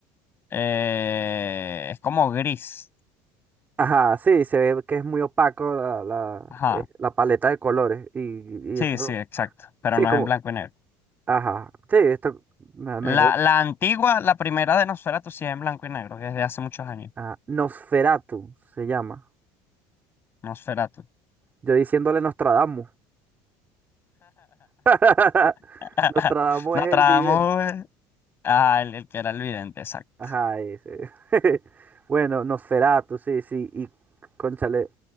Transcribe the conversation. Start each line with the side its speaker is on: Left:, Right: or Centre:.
Left: Eh, es como gris,
Right: Ajá, sí, se ve que es muy opaco la, la,
Left: ajá.
Right: eh, la paleta de colores. Y,
Left: Sí,
Right: y eso.
Left: sí, exacto, pero
Right: Sí,
Left: no
Right: como.
Left: es en blanco y negro.
Right: Ajá. Sí, esto me imagino.
Left: La, la antigua, la primera de Nosferatu, sí es en blanco y negro, que es de hace muchos años.
Right: ah, Nosferatu se llama.
Left: Nosferatu.
Right: Yo diciéndole Nostradamus. <laughs>
Left: <laughs>
Right: Nostradamus
Left: Nostradamus,
Right: es el vidente.
Left: ah, el, el que era el vidente, exacto.
Right: Ajá, ese. <laughs> Bueno, Nosferatu, sí, sí. Y, cónchale,